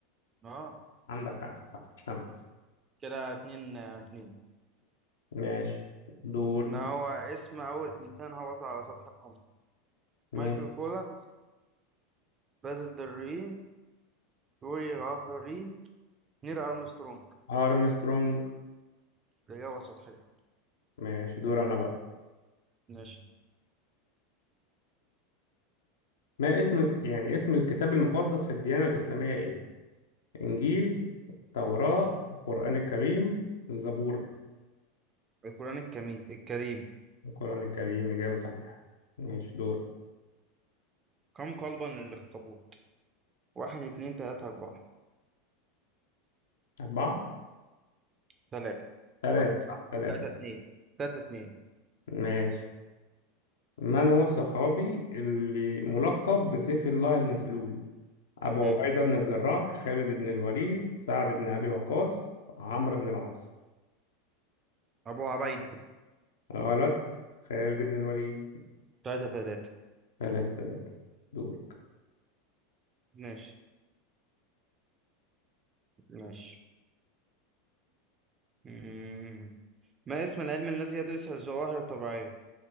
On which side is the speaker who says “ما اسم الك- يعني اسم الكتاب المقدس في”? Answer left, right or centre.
Left